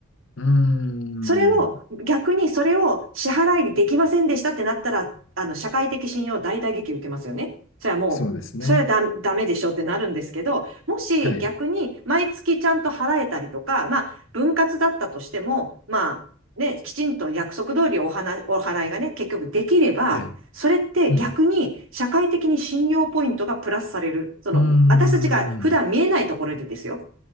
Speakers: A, on the left; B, on the right.
A: うーん。
B: それを、逆にそれを支払いできませんでしたってなったら、あの、社会的信用大打撃受けますよね。それはもう、
A: そうですね。
B: それはダメ、ダメでしょってなるんですけど、もし逆に毎月ちゃんと払えたりとか、
A: はい。
B: まあ、分割だったとしても、まあ、ね、きちんと約束通りお花、お払いがね、結局できれば、
A: はい。
B: それって逆に社会的に信用ポイントがプラスされる。
A: うん。
B: その、
A: うーん。
B: 私たちが普段見えないところでですよ。